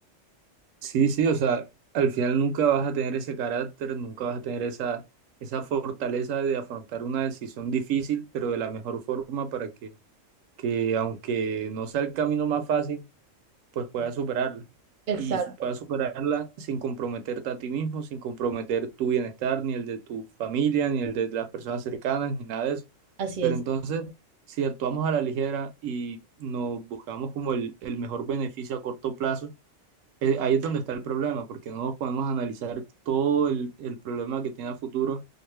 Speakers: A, on the right; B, on the right.
A: Sí, sí, o sea, al final nunca vas a tener ese carácter, nunca vas a tener esa, esa fortaleza de afrontar una decisión difícil, pero de la mejor forma para que, que aunque no sea el camino más fácil, pues puedas superarla.
B: Exacto,
A: Y su- puedas superarla sin comprometerte a ti mismo, sin comprometer tu bienestar, ni el de tu familia, ni el de las personas cercanas, ni nada de eso.
B: así
A: Pero
B: es,
A: entonces, si actuamos a la ligera y nos buscamos como el, el mejor beneficio a corto plazo, eh, ahí es donde está el problema, porque no nos podemos analizar todo el, el problema que tiene a futuro